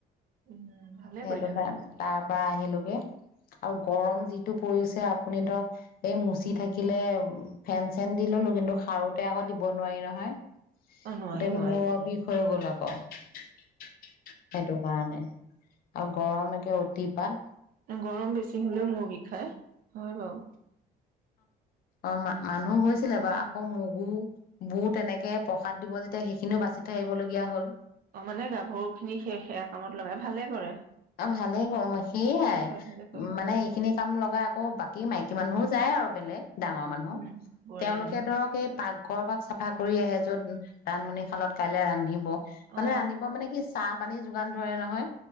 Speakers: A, on the right (about 55°); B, on the left (about 60°).
A: উম ভালে
B: সেইটো
A: কৰিলা
B: কাৰণে
A: ভালে কৰিলা
B: তাৰ আৰু গৰম যিটো পৰিছে আপুনি ধৰক এই মুচি থাকিলে ফেন চেন দি ললো কিন্তু সাৰোতে আকৌ দিব নোৱাৰি নহয় একদম
A: অ নোৱাৰি নোৱাৰি
B: মূৰ
A: অ
B: বিষ হৈ গ'ল আক অ সেইটো কাৰণে। আৰু গৰম একে দিপান
A: ন গৰম বেছি হলেও মূৰ বিষাই হয় বাও।
B: অ', ম মানুহ হৈ আছিলে বা
A: অ
B: আকৌ মগু বোৰ তেনেকে প্ৰসাদ দিব যেতিয়া সেইখিনিও বাচি থৈ আহিবলগীয়া হ'ল।
A: অ মানে গাভৰু খিনি সেই সেয়া কামত লগাই ভালে কৰে
B: অ', ভালেই সেইয়াই
A: ভালে কৰে ভালে কৰে
B: মানে এইখিনি কাম লগাই আকৌ বাকী মাইকী কিমানুহো যায় আৰু বেলেগ। ডাঙৰ মানুহৰ
A: উম বোৱাৰী
B: তেওঁলোকে
A: মানুহ
B: ধৰক এই পাকঘৰ বা চাফা কৰি আহে য'ত ৰান্ধনিৰ ফালত কাইলৈ ৰান্ধিব। মানে
A: অ
B: ৰান্ধিব মানে কি চাহ পানী যোগান ধৰে নহয়